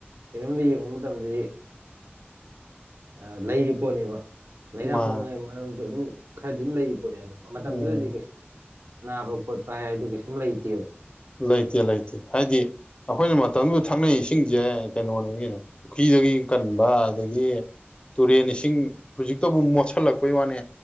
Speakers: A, on the right (about 80°); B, on the left (about 25°).
A: ꯀꯩꯅꯣꯝꯗ ꯌꯦꯡꯕ ꯃꯇꯝꯗꯗꯤ ꯑ ꯂꯩꯔꯤ ꯄꯣꯠꯅꯦꯕ ꯂꯥꯏꯅꯥ
B: ꯃꯥ
A: ꯄꯣꯛꯅꯤꯡꯉꯥꯏ ꯃꯔꯝꯁꯨ ꯑꯗꯨꯝ ꯈꯗꯤꯅ ꯂꯩ ꯅꯦ ꯑꯗꯨ ꯃꯇꯝꯗꯨꯗꯗꯤ
B: ꯎꯝ
A: ꯀꯩ ꯅꯕ ꯀꯣꯠ ꯄ ꯍꯥꯏ ꯇꯨ ꯀꯁꯨꯨꯝ ꯂꯩꯇ
B: ꯂꯩꯇꯦ ꯂꯩꯇꯦ ꯍꯥꯏꯗꯤ ꯑꯩꯈꯣꯏꯅ ꯃꯇꯝꯗꯨꯗ ꯊꯛꯅꯩ ꯏꯁꯤꯡꯁꯦ ꯀꯩꯅꯣꯅꯤ ꯀꯩꯅꯣ ꯄꯨꯈ꯭ꯔꯤꯗꯒꯤ ꯀꯟꯕ ꯑꯗꯒꯤ ꯇꯨꯔꯦꯟ ꯏꯁꯤꯡ ꯍꯧꯖꯤꯛꯇꯕꯨ ꯃꯣꯠꯁꯤꯜꯂꯛꯄꯩ ꯋꯥꯅꯦ